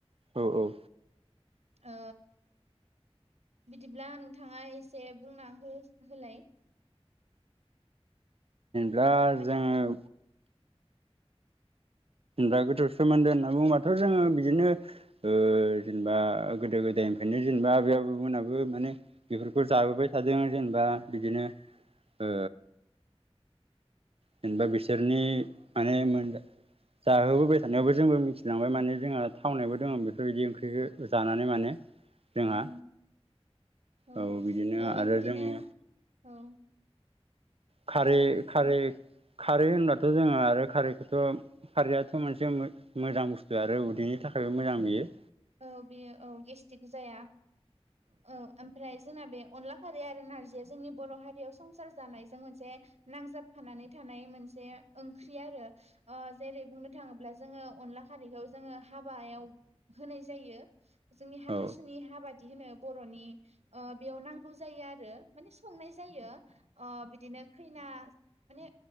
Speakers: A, on the right (about 65°); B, on the right (about 80°).
A: औ औ
B: ओ बिदिब्ला नोंथाङा एसे बुंना हो होलाय।
A: दा
B: माने
A: जोङो दा गोथौ सोमोन्दो होनना बुङोबाथ' जोङो बिदिनो ओ जेनेबा गोदो-गोदाय निफ्रायनो जेनेबा आबै-आबौमोनहाबो माने बेफोरखौ जाबोबाय थादों जेनेबा बिदिनो ओ जेनेबा बिसोरनि माने मोन जाहोबोबाय थानायावबो जोंबो मिथिलांबाय माने जोंहा थावनायावबो दङ बेफोरबायदि ओंख्रिखौ जानानै माने जोंहा
B: उम ओ
A: औ बिदिनो
B: ओ
A: आरो
B: बिदिनो
A: जोङो
B: औ
A: खारै-खारै
B: ओ
A: खारै होनबाथ' जोङो आरो खारैखौथ' खारैयाथ' मोनसे मोजां बुस्थु आरो उदै बिनि थाखायबो मोजां बियो।
B: औ बेयो औ गेस्टिक जाया औ ओमफ्राय जोंना बे अनला खारै आरो नारजिया जोंनि बर' हारियाव संसार जानायजों मोनसे नांजाबफानानै थानाय मोनसे ओंख्रि आरो ओ जेरै- बुंनो थाङोब्ला जोङो अनला खारैखौ जोङो हाबायाव होनाय जायो। जोंनि हाथासुनि
A: औ
B: हाबा बि होनो बर'नि ओ बेयाव नांगौ जायो आरो माने संनाय जायो ओ बिदिनो खैना माने